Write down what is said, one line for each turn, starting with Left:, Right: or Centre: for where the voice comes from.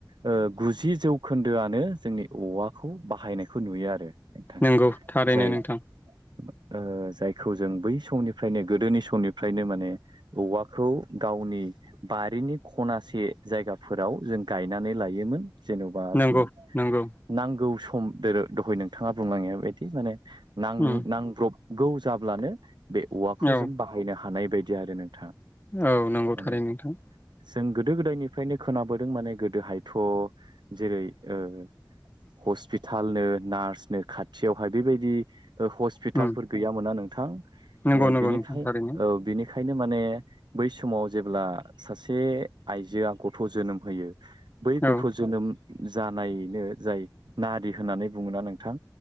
Right: ओ गुजि जौखोन्दोआनो जोंनि अ औवाखौ बाहायनायखौ नुयो आरो। नोंथां
Left: नंगौ थारैनो
Right: जाय
Left: नोंथां।
Right: ओ जायखौ जों बै समनिफ्रायनो गोदोनि समनिफ्रायनो माने औवाखौ गावनि बारिनि खनासे जायगाफोराव जों गायनानै लायोमोन। जेन'बा
Left: नंगौ
Right: जों
Left: नंगौ
Right: नांगौ सम दोरो दहाय नोंथाङा बुङलाड़िया बिदि नां
Left: उम
Right: नांब्रबगौ जाब्लानो बे औवाखौ
Left: औ
Right: जों बाहायनो हानाय बायदि आरो नोंथां।
Left: औ नंगौथारै
Right: माने
Left: नोंथां।
Right: जों गोदो गोदायनिफ्रायनो खोनाबोदों माने गोदोहायथ' जेरै ओ हस्पिटालनो नार्सनो खाथियावहाय बेबायदि ओ हस्पिटालफोर
Left: उम
Right: गैयामोना नोंथां ओ
Left: नंगौ नंगौ
Right: बिनिखाय
Left: नोंथां थारैनो
Right: औ बिनि खायनो माने बै समाव जेब्ला सासे आइजोआ गथ' जोनोम होयो बै गथ'
Left: औ
Right: जोनोम जानायनो जाय नारि होननानै बुङा नोंथां।